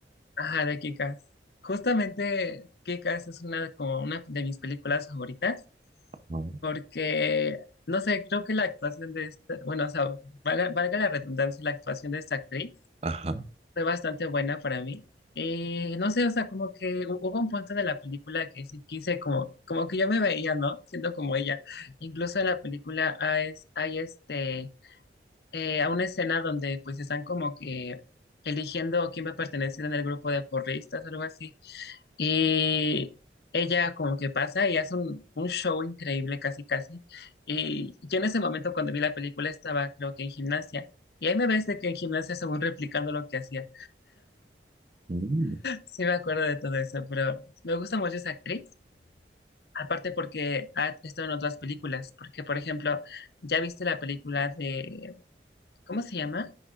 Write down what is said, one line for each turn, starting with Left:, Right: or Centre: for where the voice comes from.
Left: Ajá, de Kick-Ass. Justamente Kick-Ass es una, como una de mis películas favoritas
Right: ¿no?
Left: porque, no sé, creo que la actuación de esta, bueno, o sea, valga, valga la redundancia, la actuación de esta actriz
Right: Ajá.
Left: fue bastante buena para mí. Y no sé, o sea, como que hu- hubo un punto de la película que sí quise, como, como que yo me veía, ¿no? Siendo como ella. Incluso en la película hay, es- hay este, eh, a una escena donde pues están como que eligiendo quién va a pertenecer en el grupo de porristas, algo así. Y ella como que pasa y hace un, un show increíble, casi, casi. Y yo en ese momento cuando vi la película estaba, creo que en gimnasia. Y ahí me ves de que en gimnasia según replicando lo que hacía.
Right: Mm,
Left: Sí me acuerdo de todo eso, pero me gusta mucho esa actriz, aparte porque ha estado en otras películas, porque por ejemplo, ya viste la película de, ¿cómo se llama?